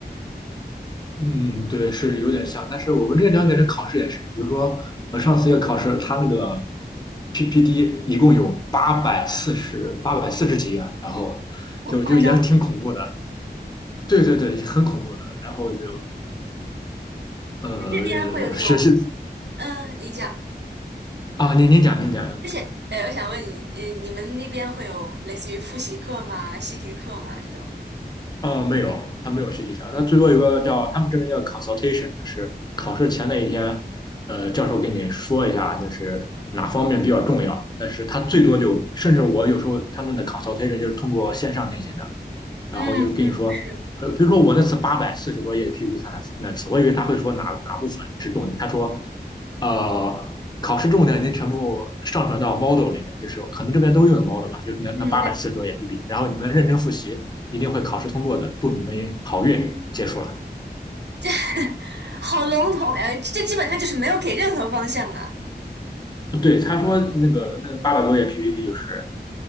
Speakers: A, on the left (about 25°); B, on the right (about 80°).
A: 嗯，对，是有点像。但是我们这两点的考试也是，比如说我上次一个考试，它那个 p p D 一共有八百四十八百四十几页，然后
B: 好夸张。
A: 就就也挺恐怖的。对对对，很恐怖的。然后就呃学习
B: 这边会有那种，嗯，你讲，
A: 啊，您您讲您讲。
B: 而且，呃，我想问你，呃，你们那边会有类似于复习课吗？习题课吗？这种？
A: 呃，没有，他没有学习条。他最多有个叫他们这边叫 consultation，就是考试前那一天，呃，教授给你说一下，就是哪方面比较重要。但是他最多就，甚至我有时候他们的 consultation 就是通过线上进行的。然后就跟你说，
B: 嗯嗯，是，
A: 呃，比如说我那次八百四十多页 PPT 那次我以为他会说哪哪部分是重点，他说，呃，考试重点已经全部上传到 Model 里面，就是可能这边都用的 Model 吧，就是那那八百四十多页
B: 嗯，对。
A: PPT，然后你们认真复习，一定会考试通过的，祝你们好运，结束了。
B: <laughs> 这好笼统呀，这基本上就是没有给任何方向啊。
A: 对，他说那个那八百多页 PPT 就是